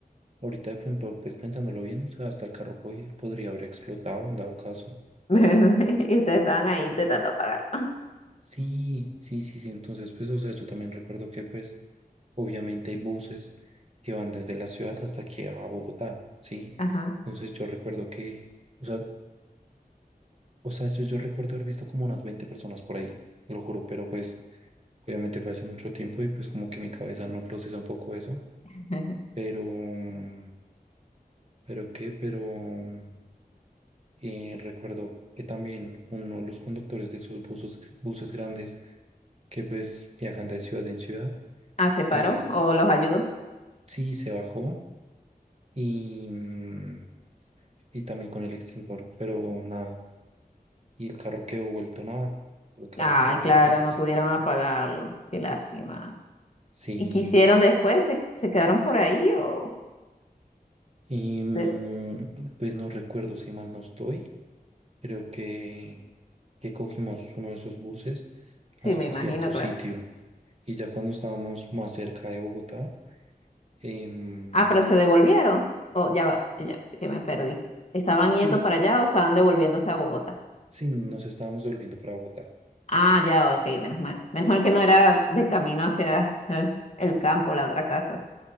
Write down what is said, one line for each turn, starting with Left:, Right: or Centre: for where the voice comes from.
Right: ahorita de pronto, pues pensándolo bien, o sea, hasta el carro po- podría haber explotado en dado caso.
Left: <laughs> Y ustedes estaban ahí intentando apagarlo.
Right: Sí, sí, sí, sí, entonces pues, o sea, yo también recuerdo que pues, obviamente hay buses que van desde la ciudad hasta aquí a Bogotá, ¿sí?
Left: Ajá.
Right: Entonces yo recuerdo que... O sea, O sea, yo, yo recuerdo haber visto como unas 20 personas por ahí, lo juro, pero pues obviamente fue hace mucho tiempo y pues como que mi cabeza no procesa un poco eso,
Left: <laughs>
Right: pero, mm, pero qué, pero mm, eh, recuerdo que también uno de los conductores de esos buses, buses grandes que pues viajan de ciudad en ciudad,
Left: Ah, ¿se paró?
Right: es,
Left: ¿O los ayudó?
Right: sí se bajó y, mm, y también con el extintor, pero nada, y el carro quedó vuelto nada, el carro
Left: Ay,
Right: quedó hecho
Left: claro,
Right: trizas,
Left: no pudieron apagarlo. Qué lástima.
Right: sí.
Left: ¿Y qué hicieron después? ¿Se, se quedaron por ahí o...?
Right: Y mm,
Left: se-
Right: pues no recuerdo si mal no estoy. Creo que, que cogimos uno de esos buses
Left: Sí,
Right: hasta
Left: me imagino,
Right: cierto sitio.
Left: claro.
Right: Y ya cuando estábamos más cerca de Bogotá, em,
Left: Ah, pero se devolvieron. Oh, ya va, ya, que me perdí. ¿Estaban yendo
Right: sí,
Left: para allá o estaban devolviéndose a Bogotá?
Right: sí, nos estábamos volviendo para Bogotá.
Left: Ah, ya, ok, menos mal. Menos mal que no era de camino hacia eh, el campo, la otra casa. así.